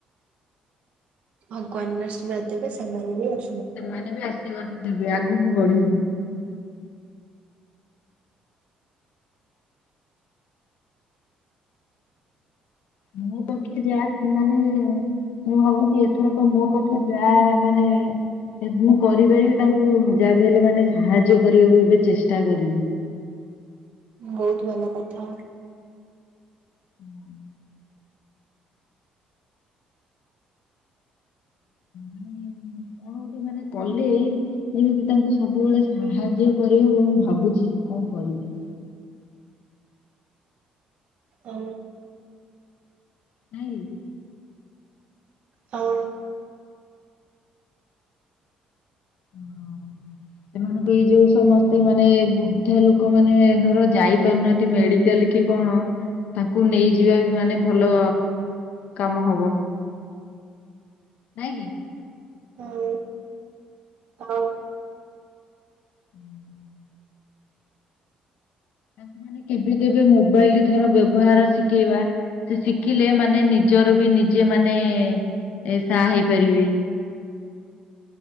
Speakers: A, on the right; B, on the left.
A: ଭଗବାନ ବି ଆଶୀର୍ବାଦ ଦେବେ ସେମାନେ ବି ଆଶି-
B: ସେମାନେ ବି ଆଶୀର୍ବାଦ ଦେବେ ଆଗକୁ ବଢିବୁ। ମୁଁ ତ କି ଯାଏ ସେମାନେ - ମୁଁ ଭାବୁଛି ଏଥରକ ମୋ ପଛୁ ଯା ମାନେ- ମୁଁ କରିପାରିବି ତାଙ୍କୁ ଯାହାକୁ ହେଲେ ମାନେ ସାହାଯ୍ୟ କରିବାକୁ ଏବେ ଚେଷ୍ଟା କରିବି। <inaudible>
A: ବହୁତ ଭଲ କଥା।
B: <inaudible> ମାନେ କଣ ଗୋଟେ ମାନେ କଲି। ଯେମିତି ତାଙ୍କୁ ସବୁବେଳେ ସାହାଯ୍ୟ କରିହବ ମୁଁ ଭାବୁଛି କଣ କରିବି। <inaudible>
A: ଓ
B: ନାଇଁ
A: ହଁ।
B: ହଁ। ସେମାନଙ୍କୁ ଏଇ ଯୋଉ ସମସ୍ତେ ମାନେ ବୃଦ୍ଧା ଲୋକ ମାନେ ଧର ଯାଇପାରୁନାହାନ୍ତି ମେଡି କାଲ କି କଣ ତାଙ୍କୁ ନେଇଯିବା ବି ମାନେ ଭଲ କାମ ହବ ନାଇଁ କି?
A: ଆଉ ଆଉ।
B: ହୁଁ ତାଙ୍କୁ ମାନେ କେବେ କେବେ ମୋବାଇଲ ଧର ବ୍ୟବହାର ଶିଖେଇବା ସେ ଶିଖିଲେ ମାନେ ନିଯେ ନିଜର ବି ନିଜେ ମାନେ ଏ ସା ହେଇପାରିବେ